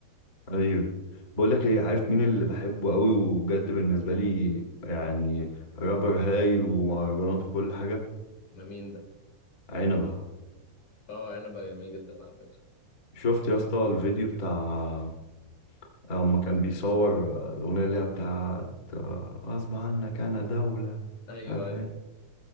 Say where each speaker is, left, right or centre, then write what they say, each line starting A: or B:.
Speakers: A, on the left (about 25°); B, on the left (about 45°).
A: ايوه بقول لك ايه عارف مين اللي بحبه قوي وبجد بالنسبه لي يعني رابر هايل ومهرجانات وكل حاجه
B: <laughs> ما مين ده
A: عنبه
B: اه انا بقى جميل جدا على فكرة
A: شفت يا اسطى الفيديو بتاع اما كان بيصور الاغنيه اللي هي بتاعت آه، غصب عنك انا دوله
B: ايوه
A: مش عارف
B: ايوه
A: ايه